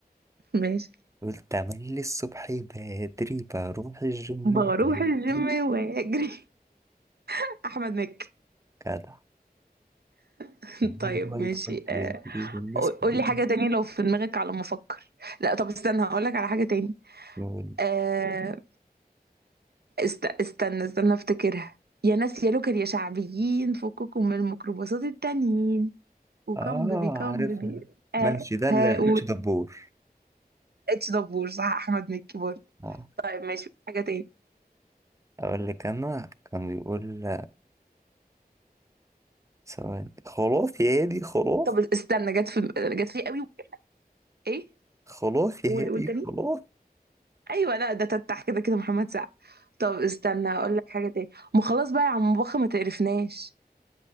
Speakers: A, on the right (about 85°); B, on the right (about 20°).
A: ماشي
B: قلت تملي الصبح بدري بروح الجيم
A: بروح
B: بدري.
A: الجيم واجري <laughs> احمد مكي
B: جدع
A: <laughs>
B: المال
A: طيب
B: هو يدخل
A: ماشي
B: في
A: آه،
B: يجري والناس كلها
A: قول لي حاجه تانية لو في دماغك على ما افكر لا طب استنى هقول لك على حاجه تاني
B: تقول
A: آه، است... استنى استنى افتكرها يا ناس يا لوكر يا شعبيين فككم من الميكروباصات التانيين وكم
B: اه
A: بيبي كم
B: عارفها
A: بيبي آه
B: ماشي ده اللي
A: ها قول
B: اتش دبور
A: اتش دبور صح احمد مكي برضه
B: اه
A: طيب ماشي حاجه تاني
B: اقول لك انا كان بيقول ثواني خلاص يا هادي خلاص
A: طب استنى جت في جت في قوي ايه
B: خلاص يا
A: قول
B: هادي
A: قول تاني
B: خلاص
A: ايوه لا ده تتح كده كده محمد سعد طب استنى اقول لك حاجه تاني ما خلاص بقى يا عم بخ ما تقرفناش